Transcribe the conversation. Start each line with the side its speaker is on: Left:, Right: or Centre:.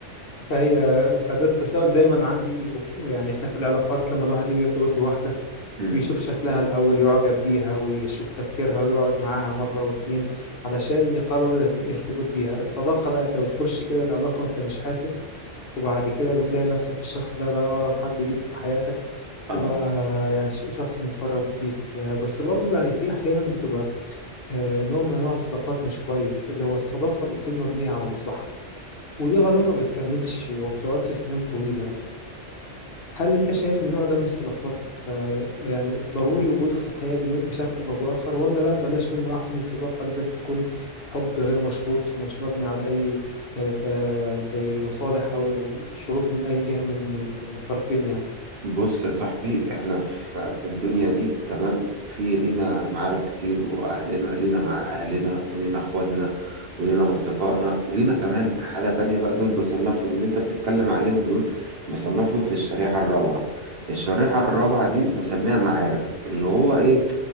Left: فهي فده التساؤل دايما عندي ويعني احنا في العلاقات لما الواحد يجي يرتبط بواحدة
Right: مم.
Left: بيشوف شكلها الأول يعجب بيها ويشوف تفكيرها ويقعد معاها مرة واتنين علشان يقرر يت- يرتبط بيها الصداقة لا أنت بتخش كده العلاقة وأنت مش حاسس وبعد كده بتلاقي نفسك الشخص ده بقى أقرب حد ليك في حياتك
Right: اه
Left: وبقى يعني ش- شخص مقرب ليك آه، بس برضو يعني في أحيانا بتبقى آه، نوع من أنواع الصداقات مش كويس اللي هو الصداقة بتكون مبنية على مصلحة ودي غالبا ما بتكملش وما بتقعدش سنين طويلة هل أنت شايف النوع ده من الصداقات آه، يعني ضروري وجوده في الحياة بن- بشكل أو بآخر ولا لأ بلاش منه أحسن الصداقة لازم تكون حب غير مشروط ومش مبني على أي آه، ت- يعني زي مصالح أو شروط من أي جهة من من من الطرفين يعني
Right: بص يا صاحبي احنا في في الدنيا دي تمام في لينا معارف كتير واهلنا لينا مع اهلنا ولينا اخواتنا ولينا اصدقائنا ولينا كمان حاجة تانية بقى دول بصنفهم اللي انت بتتكلم عليهم دول بصنفهم في الشريحة الرابعة الشريحة الرابعة دي بسميها معارف اللي هو ايه